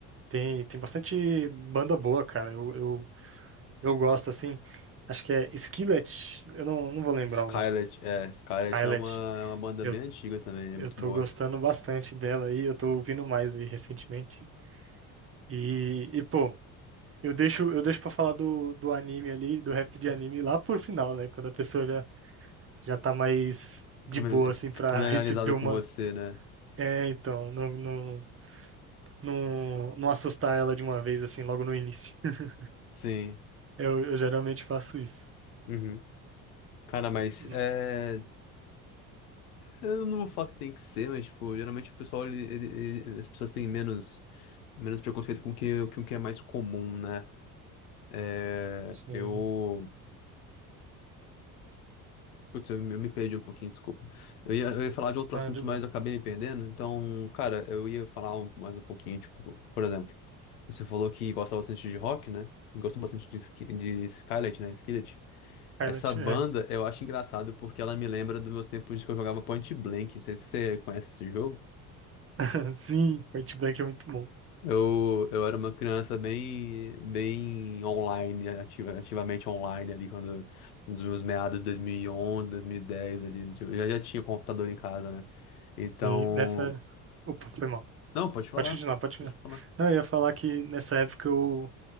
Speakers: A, on the right; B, on the left.
A: Tem, tem bastante banda boa, cara. Eu, eu, eu gosto, assim. Acho que é Skillet, eu não, não vou lembrar
B: Scarlett,
A: o nome.
B: é, Scarlett
A: Skillet.
B: é uma, é uma banda
A: Eu,
B: bem antiga também, é
A: eu
B: muito
A: tô
B: boa.
A: gostando bastante dela aí, eu tô ouvindo mais aí recentemente. E, e pô, eu deixo, eu deixo pra falar do, do anime ali, do rap de anime lá por final, né? Quando a pessoa já, já tá mais de
B: Famili-
A: boa, assim, pra
B: Familiarizada
A: <laughs> receber uma
B: com você, né?
A: É, então, não, não, não, não assustar ela de uma vez, assim, logo no início. <laughs>
B: Sim.
A: Eu, eu geralmente faço isso.
B: Uhum. Cara, mas
A: Hum,
B: é. Eu não vou falar que tem que ser, mas, tipo, geralmente o pessoal, ele, ele- ele- as pessoas têm menos, menos preconceito com o que, com o que é mais comum, né? É,
A: sim.
B: eu. Putz, eu eu me perdi um pouquinho, desculpa. Eu ia, eu ia falar de outro
A: Ah,
B: assunto,
A: de bom.
B: mas eu acabei me perdendo. Então, cara, eu ia falar um- mais um pouquinho, tipo, por exemplo, você falou que gosta bastante de rock, né? E gosta bastante de, Sk- de Skillet, né? Skillet.
A: Pilot,
B: Essa banda
A: é.
B: eu acho engraçado porque ela me lembra dos meus tempos de que eu jogava Point Blank. Não sei se você conhece esse jogo.
A: <laughs> Sim, Point Blank é muito bom.
B: Eu, eu era uma criança bem, bem online, ativa, ativamente online ali, quando, nos meus meados de 2011, 2010 ali, tipo, eu já, já tinha computador em casa, né? Então,
A: E nessa. Opa, foi mal.
B: não, pode falar,
A: Pode continuar, pode continuar.
B: pode falar.
A: Não, eu ia falar que nessa época eu,